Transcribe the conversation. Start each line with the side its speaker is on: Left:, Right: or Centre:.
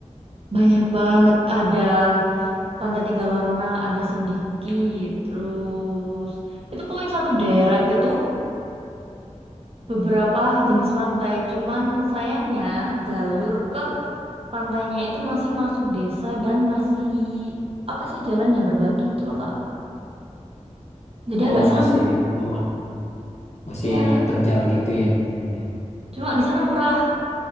Right: banyak banget ada Pantai Tiga Warna, ada Sendiki, terus itu pokoknya satu deret itu beberapa jenis pantai. Cuman sayangnya jalur ke pantainya itu masih masuk desa dan masih apa sih jalan yang berbatu gitu loh Kak. Jadi
Left: Oh
Right: agak serem.
Left: masih ma- masih
Right: Iya,
Left: terjal gitu ya jadinya.
Right: cuma di sana murah.